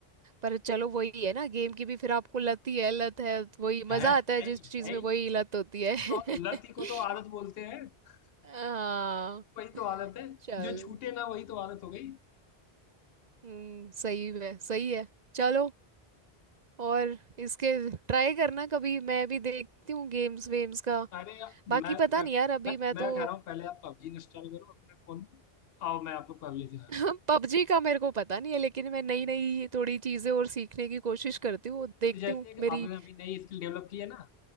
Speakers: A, on the right; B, on the left.
A: पर चलो वही है ना गेम की भी फिर आपको लत ही है लत है वही
B: है
A: मजा आता है
B: है
A: जिस चीज
B: है
A: में वही लत होती है
B: तो लत ही को
A: <laughs>
B: तो आदत बोलते हैं <laughs>
A: हाँ
B: वही तो आदत है
A: चलो
B: जो छूटे ना वही तो आदत हो गई
A: हम्म सही है सही है चलो और इसके ट्राई करना कभी मैं भी देखती हूँ गेम्स वेम्स का
B: अरे या-
A: बाकी
B: मैं
A: पता
B: मैं
A: नहीं यार अभी
B: मैं
A: मैं
B: मैं
A: तो
B: कह रहा हूँ पहले आप पबजी इंस्टॉल करो अपने फोन में आओ मैं आपको पबजी सिखाता
A: <laughs>
B: हूँ
A: पबजी का मेरे को पता नहीं है लेकिन मैं नई नई थोड़ी चीजें और सीखने की कोशिश करती हूँ देखती
B: तो जैसे
A: हूँ
B: एक
A: मेरी
B: आपने अभी नई स्किल डेवलप की है ना